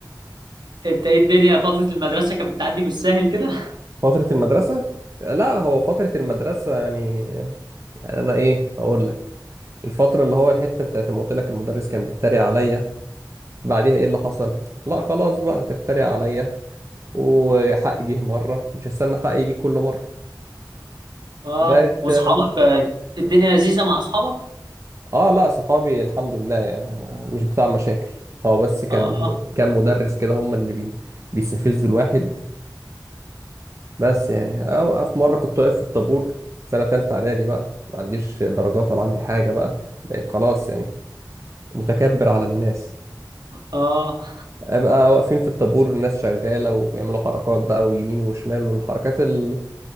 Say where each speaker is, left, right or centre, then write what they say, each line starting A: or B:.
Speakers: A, on the right; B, on the right.
A: انت ايه الدنيا فترة المدرسة كانت بتعدي بالساهل كده <laughs>
B: فترة المدرسة لا هو فترة المدرسة يعني يعني أنا إيه أقول لك الفترة اللي هو الحتة بتاعت ما قلت لك المدرس كان بيتريق عليا بعديها إيه اللي حصل لا خلاص بقى أنت بتتريق عليا وحقي جه مرة مش هستنى حقي يجي كل مرة
A: اه
B: بقت
A: واصحابك
B: لما
A: آه، الدنيا لذيذة مع اصحابك
B: آه لا صحابي الحمد لله يعني أنا مش بتاع مشاكل هو بس كان
A: اه
B: كان مدرس كده هم اللي بي... بيستفزوا الواحد بس يعني أنا في مرة كنت واقف في الطابور سنة تالتة إعدادي بقى ما عنديش درجات ولا عندي حاجة بقى بقيت خلاص يعني متكبر على الناس
A: اه
B: أبقى واقفين في الطابور الناس شغالة وبيعملوا حركات بقى ويمين وشمال والحركات ال...